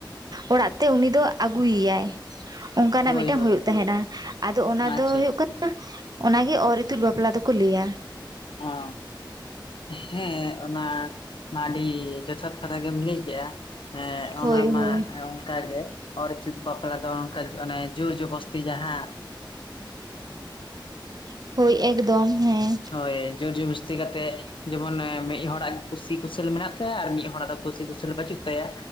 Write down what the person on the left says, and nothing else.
ᱦᱳᱭ
ᱦᱳᱭ
ᱟᱪᱪᱷᱟ
ᱟᱪᱪᱷᱟ
ᱚ ᱦᱮᱸ ᱚᱱᱟ ᱢᱟ ᱟᱹᱰᱤ ᱡᱚᱛᱷᱟᱛ ᱠᱟᱛᱷᱟ ᱜᱮᱢ ᱞᱮᱭ ᱠᱮᱜ-ᱟ ᱦᱮᱸ
ᱚᱱᱟ ᱢᱟ
ᱚᱱ ᱠᱟᱜᱮ ᱚᱨ ᱤᱛᱩᱫ ᱵᱟᱯᱞᱟ ᱫᱚ ᱚᱱᱠᱟ ᱚᱱᱮ ᱡᱳᱨ ᱵᱚᱥᱛᱤ ᱡᱟᱦᱟᱸ
ᱦᱳᱭ ᱡᱳᱨᱡᱵᱚᱥᱛᱤ ᱠᱟᱛᱮᱫ ᱡᱮᱢᱚᱱ ᱢᱤᱫ ᱦᱚᱲᱟᱜ ᱠᱩᱥᱤ ᱠᱩᱥᱟᱹᱞ ᱢᱮᱱᱟᱜ ᱛᱟᱭᱟ ᱟᱨ ᱢᱤᱫ ᱦᱚᱲᱟᱜ ᱫᱚ ᱠᱩᱥᱤ ᱠᱩᱥᱟᱹᱞ ᱵᱟᱹᱪᱩᱜ ᱛᱟᱭᱟ